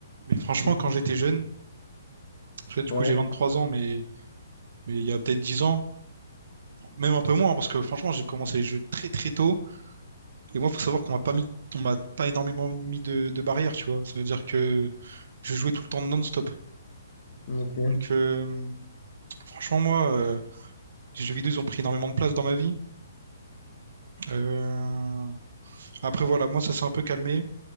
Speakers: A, on the right; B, on the left.
A: Mais franchement,
B: Mhm.
A: quand j'étais jeune, parce que du
B: Ouais.
A: coup, j'ai 23 ans, mais... mais il y a peut-être 10 ans, même un peu moins, parce que franchement, j'ai commencé les jeux très très tôt. Et moi, faut savoir qu'on m'a pas mis... On m'a pas énormément mis de... de barrières, tu vois. Ça veut dire que je jouais tout le temps non-stop.
B: Mhm. Ok.
A: Donc, euh, franchement, moi, euh, les jeux vidéo, ils ont pris énormément de place dans ma vie. Euh, Après, voilà, moi, ça s'est un peu calmé.